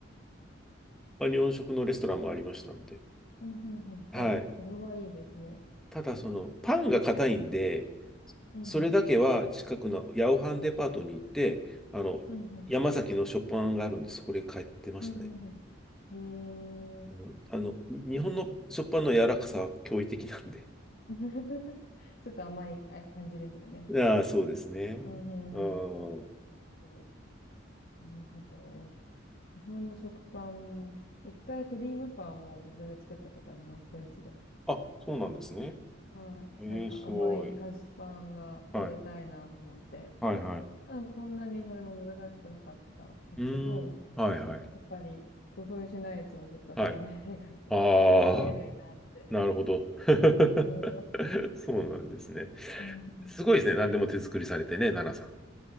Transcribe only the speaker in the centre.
まあ、日本食のレストランもありましたんで、
はい。
ただそのパンが硬いんで、
それだけは近くの八百半デパートに行って、
あの、
山崎の食パンがあるんで、そこで買ってましたね。
もうあの、に日本の食パンの柔らかさは驚異的なんで。
<laughs> ああ、そうですね。
う
ん。
あ、そうなんですね。
ええ、
すごい。はい。はいはい。
うーん。はいはい。
はい。ああ、
なるほど。<laughs>
そうなんですね。
すごいですね。何でも手作りされてね、奈々さん。